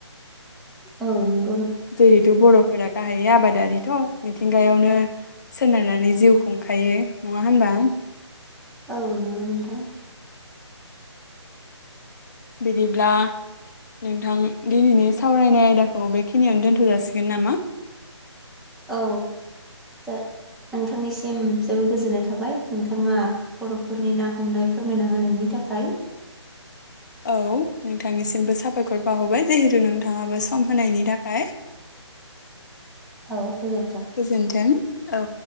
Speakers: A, in the centre; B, on the left.
A: औ नं
B: जेहथु बर'फ। फोरा गाहाय आबादारिथ' मिथिंगायावनो सोनारनानै जिउ खुंखायो नङा होनबा।
A: औ नोंगो नोंथां।
B: बिदिब्ला नोंथां दिनैनि सावरायनाय आयदाखौ बेखिनियावनो दोनथ' जाासिगोन नामा।
A: औ नोंथांनिसिम जोबोर गोजोननाय थाबाय नोंथाङा बर'फोरनि ना हमनाय फोरमायना होनायनि थाखाय।
B: औ नोंथांनिसिमबो साबायखर बाहरबाय जिहेथु नोंथाङाबो सम होनायनि थाखाय।
A: औ गोजोनथों।
B: गोजोन्थों औ।